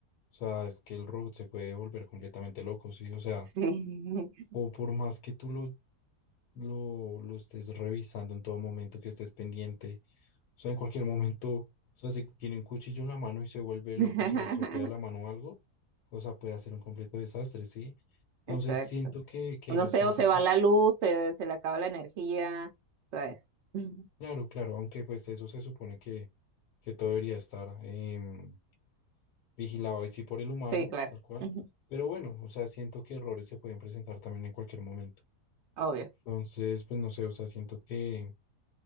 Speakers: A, on the left; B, on the right.
A: sea, es que el robot se puede volver completamente loco, ¿sí? O sea,
B: Sí.
A: o por más que tú lo, lo, lo estés revisando en todo momento, que estés pendiente, o sea, en cualquier momento, o sea, si tiene un cuchillo en la mano y se vuelve loco,
B: <laughs>
A: se le estropea la mano o algo, o sea, puede hacer un completo desastre, ¿sí? Entonces
B: Exacto.
A: siento que, que
B: No
A: hay bastantes...
B: sé, o se va la luz, se, se le acaba la energía, ¿sabes? <laughs>
A: Claro, claro, aunque pues eso se supone que, que todo debería estar em, vigilado ahí sí por el humano,
B: Sí, claro.
A: tal cual.
B: <laughs>
A: Pero bueno, o sea, siento que errores se pueden presentar también en cualquier momento.
B: Obvio.
A: Entonces, pues no sé, o sea, siento que,